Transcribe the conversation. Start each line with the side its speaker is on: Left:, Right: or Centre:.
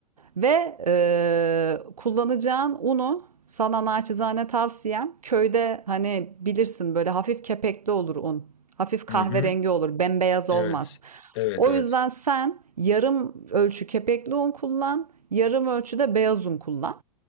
Right: Ve eee, kullanacağın unu sana naçizane tavsiyem köyde hani bilirsin böyle hafif kepekli olur un. Hafif kahverengi
Left: Hı hı.
Right: olur, bembeyaz
Left: Evet.
Right: olmaz.
Left: Evet
Right: O
Left: evet.
Right: yüzden sen yarım ölçü kepekli un kullan, yarım ölçüde beyaz un kullan